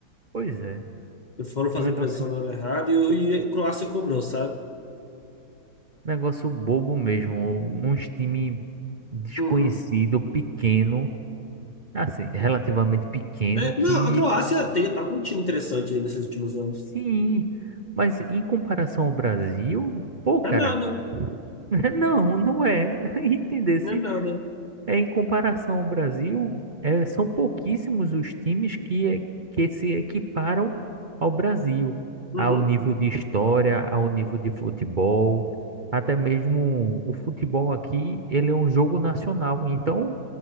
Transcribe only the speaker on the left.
Eles foram fazer
pressão na hora errada e, e a Croácia cobrou, sabe?
Uhum.
É,
não, a Croácia tem, tá com um time interessante aí nesses últimos anos.
Não é nada,
não é nada.
Uhum,